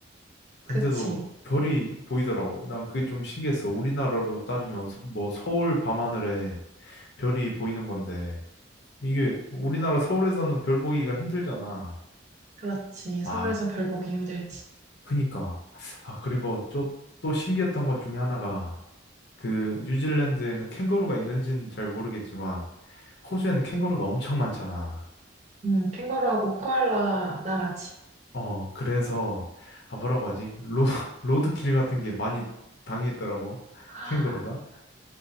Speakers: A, on the left; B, on the right.
A: 근데도
B: 그치.
A: 별이 보이더라고. 난 그게 좀 신기했어. 우리나라로 따지면 서- 뭐 서울 밤하늘에 별이 보이는 건데. 이게 우리나라 서울에서는 별 보기가 힘들잖아.
B: 그렇지.
A: 아,
B: 서울에선 별 보기 힘들지.
A: 그니까. 아, 그리고 또, 또 신기했던 것 중에 하나가 그 뉴질랜드에는 캥거루가 있는지는 잘 모르겠지만 호주에는 캥거루가 엄청 많잖아.
B: 음, 캥거루하고 코알라 나라지.
A: 어, 그래서 아, 뭐라고 하지? 로, <laughs> 로드킬 같은 게 많이 당했더라고.
B: <gasps>
A: 캥거루가.